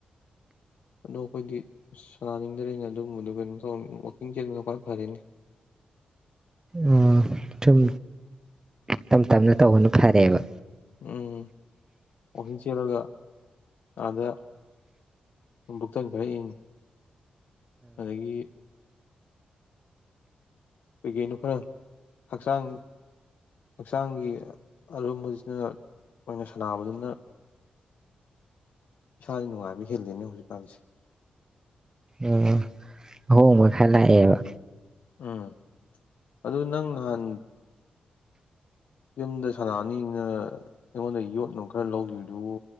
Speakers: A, on the left; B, on the right.
A: ꯑꯗꯣ ꯑꯩꯈꯣꯏꯗꯤ ꯁꯅꯥꯅꯤꯡꯗꯔ꯭ꯦꯅꯦ ꯑꯗꯨꯝꯕꯗꯨ ꯀꯩꯅꯣ ꯇꯧ ꯋꯥꯋꯀꯤꯡ ꯆꯦꯟꯕꯅ ꯈ꯭ꯋꯥꯏ ꯐꯔꯦꯅꯦ
B: ꯑ ꯁꯨꯝ ꯇꯞ ꯇꯞꯅ ꯇꯧꯕꯅ ꯐꯔꯦꯕ
A: ꯎꯝ ꯋꯥꯛꯀꯤꯡ ꯆꯦꯜꯂꯒ ꯑꯥꯗ ꯕꯨꯛꯇꯟ ꯈꯔ ꯏꯪꯅ ꯑꯗꯒꯤ ꯀꯩꯀꯩꯅꯣ ꯈꯔ ꯍꯛꯆꯥꯡ ꯍꯛꯆꯥꯡꯒꯤ ꯑꯔꯨꯝꯕꯁꯤꯅ ꯑꯣꯏꯅ ꯁꯥꯟꯅꯕꯁꯤꯅ ꯏꯁꯥꯁꯦ ꯅꯨꯡꯉꯥꯏꯕ ꯍꯦꯜꯂꯤꯅꯦ ꯍꯧꯖꯤꯛꯀꯥꯟꯁꯦ
B: ꯑꯣ ꯑꯍꯣꯡꯕ ꯈꯔꯥ ꯂꯥꯛꯑꯦꯕ
A: ꯎꯝ ꯑꯗꯨ ꯅꯪ ꯅꯍꯥꯟ ꯌꯨꯝꯗ ꯁꯅꯥꯑꯅꯤꯅ ꯑꯩꯉꯣꯟꯗ ꯌꯣꯠꯅꯨꯡ ꯈꯔ ꯂꯧꯈꯤꯕꯗꯨꯕꯨ